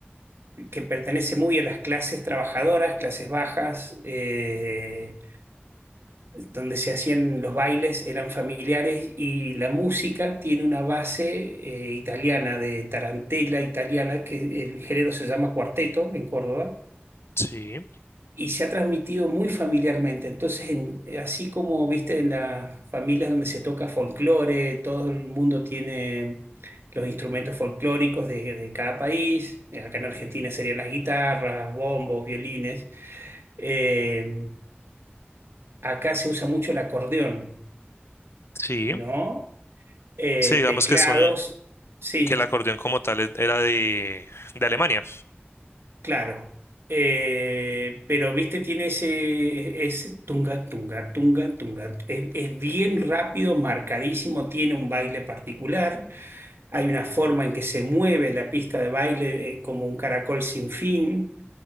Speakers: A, on the right; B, on the left.
A: que pertenece muy a las clases trabajadoras, clases bajas, eh, donde se hacían los bailes, eran familiares y la música tiene una base eh, italiana, de tarantela italiana, que el género se llama cuarteto en Córdoba
B: Sí,
A: y se ha transmitido muy familiarmente. Entonces, en- eh, así como viste en las familias donde se toca folclore, todo el mundo tiene los instrumentos folclóricos de, de cada país. Eh, Acá en Argentina serían las guitarras, bombos, violines. Eh, acá se usa mucho el acordeón,
B: sí,
A: ¿no? Eh,
B: sí, digamos
A: teclados,
B: que son,
A: sí.
B: que el acordeón como tal es- era de, de Alemania.
A: Claro, eh, pero viste, tiene ese, es tunga, tunga, tunga, tunga. Es, es bien rápido, marcadísimo, tiene un baile particular. Hay una forma en que se mueve la pista de baile, eh, como un caracol sin fin,